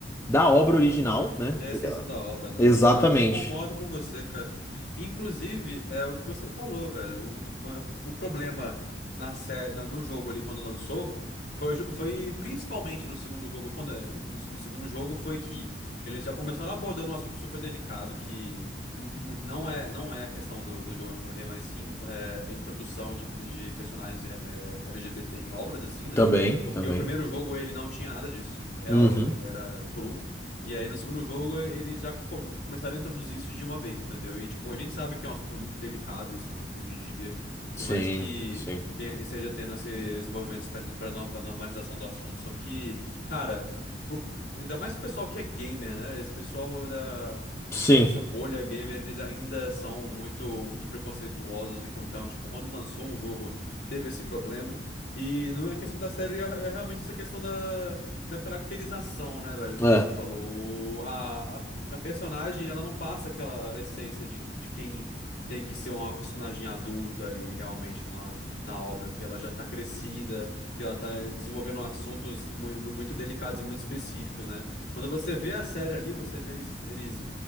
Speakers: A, on the left; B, on the left.
A: da obra original, né?
B: É
A: Daquela-
B: a essência da obra, né?
A: Exatamente.
B: Eu con- concordo com você, cara. Inclusive, é o que você falou, velho. O, o problema na, sé- na- no jogo ali quando lançou foi, ju- foi principalmente no segundo jogo, quando é, no no segundo jogo foi que eles já começaram abordando um assunto super delicado que n- n- não é não é a questão do, do Joel morrer, mas sim é, introdução de, de personagens é, é, LGBT em obras assim, né?
A: Também,
B: Porque
A: também.
B: o primeiro jogo ele não tinha nada disso, tipo, real,
A: Uhum.
B: ele era cru. E aí, no segundo jogo, eles já co- começaram a introduzir isso de uma vez, entendeu? E, tipo, a gente sabe que é um assunto muito delicado isso né, hoje em dia,
A: Sim,
B: por mais que
A: sim.
B: tenha, seja tendo assim, esses movimentos para normalização do assunto. Só que, cara, pro- ainda mais o pessoal que é gamer, né? Esse pessoal da,
A: Sim.
B: dessa, dessa bolha gamer, eles ainda são muito, muito preconceituosos. Enquanto, Então, tipo, quando lançou o jogo, teve esse problema. E não é questão da série, é é realmente essa questão da da caracterização, né, velho? Que
A: É,
B: você falou. O- A, a, a personagem, ela não passa aquela essência de, de quem tem que ser uma personagem adulta ali, realmente, na, na obra, que ela já tá crescida, que ela tá desenvolvendo assuntos mu- mu- muito delicados, muito específicos, né? Quando você vê a série ali, você vê eles, eles